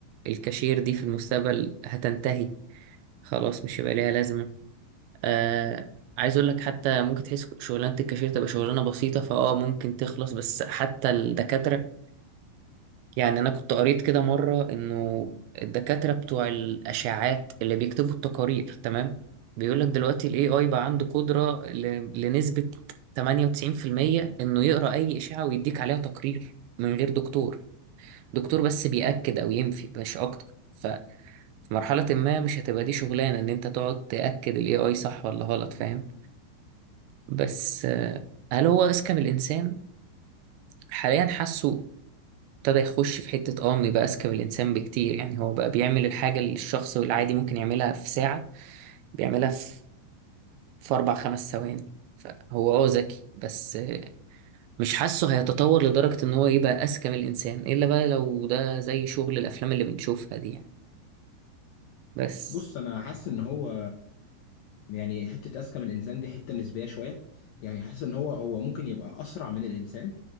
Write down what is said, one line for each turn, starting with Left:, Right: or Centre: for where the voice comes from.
Right: الكاشير دي في المستقبل هتنتهي خلاص مش هيبقى ليها لازمة آه عايز أقول لك حتى ممكن تحس شغلانة الكاشير تبقى شغلانة بسيطة فأه ممكن تخلص بس حتى الدكاترة يعني أنا كنت قريت كده مرة إنه الدكاترة بتوع الأشعاعات اللي بيكتبوا التقارير تمام بيقول لك دلوقتي ال AI بقى عنده قدرة ل- لنسبة 98% إنه يقرأ أي إشعة ويديك عليها تقرير من غير دكتور دكتور بس بيأكد أو ينفي مش أكتر ففي مرحلة ما مش هتبقى دي شغلانة إن أنت تقعد تأكد ال AI صح ولا غلط فاهم بس آه، هل هو أذكى من الإنسان؟ حاليا حاسه ابتدى يخش في حتة اه انه يبقى اذكى من الانسان بكتير يعني هو بقى بيعمل الحاجة اللي الشخص العادي ممكن يعملها في ساعة بيعملها في في اربع خمس ثواني فهو اه ذكي بس مش حاسه هيتطور لدرجة ان هو يبقى اذكى من الانسان الا بقى لو ده زي شغل الافلام اللي بنشوفها دي يعني بس
Left: بص انا حاسس ان هو يعني حته اذكى من الانسان دي حته نسبيه شويه يعني حاسس ان هو هو ممكن يبقى اسرع من الانسان